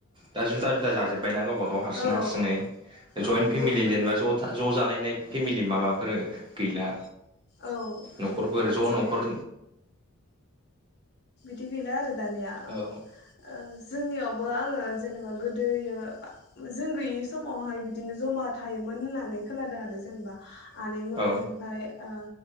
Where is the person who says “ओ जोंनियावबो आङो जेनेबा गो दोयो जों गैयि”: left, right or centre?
Left